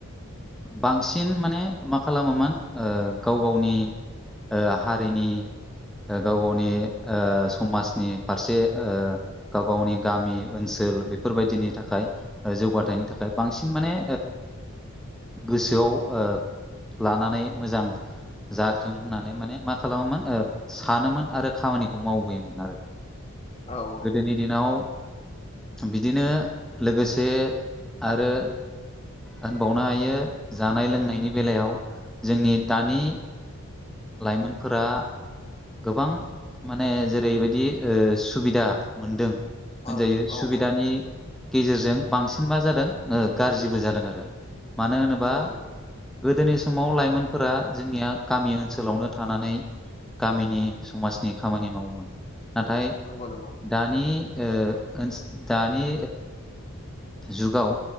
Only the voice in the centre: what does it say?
बांसिन माने मा खालामोमोन गाव गावनि ओ हारिनि गाव गावनि समाजनि फारसे गाव गावनि गामि ओनसोल बेफोरबायदिनि थाखाय जौगाथायनि थाखाय बांसिन माने गोसोआव लानानै मोजां जाथों होननानै माने मा खालामोमोन सानोमोन आरो खामानिखौ मावबोयोमोन आरो
गोदोनि दिनाव बिदिनो लोगोसे आरो होनबावनो हायो जानाय लोंनायनि बेलायाव जोंनि दानि लाइमोनफोरा गोबां माने जेरैबायदि सुबिदा मोनदों होनजायो
सुबिदानि
गेजेरजों बांसिन मा जादों गाज्रिबो जादों आरो मानो होनोबा
गोदोनि समाव लाइमोनफोरा जोंनिया गामि ओनसोलावनो थानानै गामिनि समाजनि खामानि मावोमोन नाथाय
दानि ओसोल दानि जुगाव